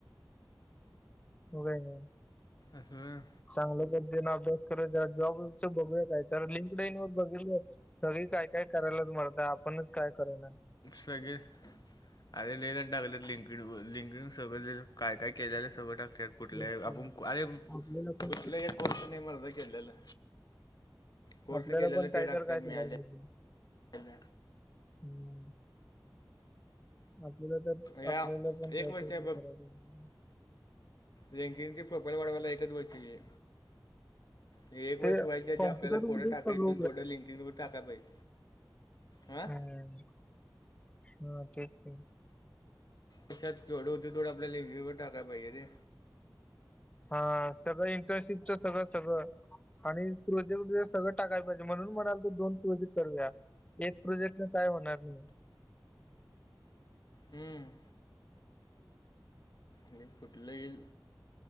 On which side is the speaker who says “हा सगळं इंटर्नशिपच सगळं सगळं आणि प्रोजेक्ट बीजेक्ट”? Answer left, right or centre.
Left